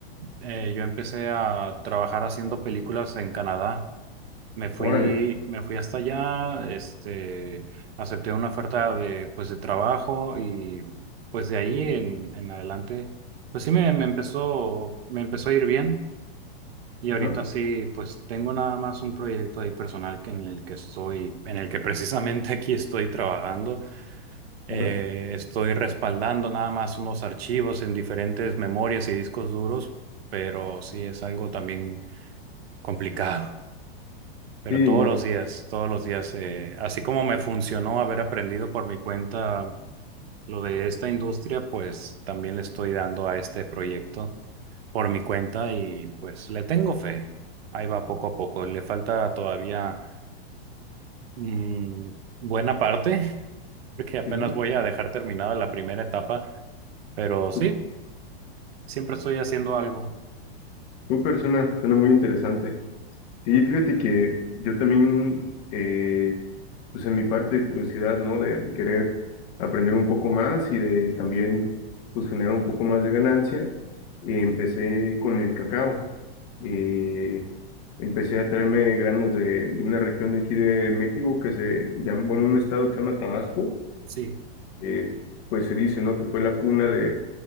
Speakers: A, on the right; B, on the left.
A: Eh, yo empecé a trabajar haciendo películas en Canadá. Me fui,
B: Órale.
A: me fui hasta allá, este, acepté una oferta de, pues, de trabajo y pues de ahí en, en adelante, pues sí me, me empezó, me empezó a ir bien. Y
B: Ajá.
A: ahorita sí, pues tengo nada más un proyecto ahí personal que en el que estoy, en el que precisamente <laughs> aquí estoy trabajando. Eh,
B: Ajá.
A: estoy respaldando nada más unos archivos en diferentes memorias y discos duros, pero sí es algo también complicado. Pero
B: Sí,
A: todos
B: no.
A: los días, todos los días, eh, así como me funcionó haber aprendido por mi cuenta lo de esta industria, pues también le estoy dando a este proyecto por mi cuenta y pues le tengo fe. Ahí va poco a poco. Le falta todavía mm, buena parte, <laughs> porque apenas
B: Ujú.
A: voy a dejar terminada la primera etapa. Pero sí,
B: Tu,
A: Siempre estoy haciendo algo.
B: tu persona suena muy interesante. Sí, fíjate que yo también, eh, pues en mi parte de curiosidad, ¿no? De, de querer aprender un poco más y de también, pues generar un poco más de ganancia, eh, empecé con el cacao. Eh, empecé a traerme granos de, de una región de aquí de México que se llama, bueno, un estado que se llama Tabasco.
A: Sí,
B: eh, pues se dice, ¿no? Que fue la cuna de,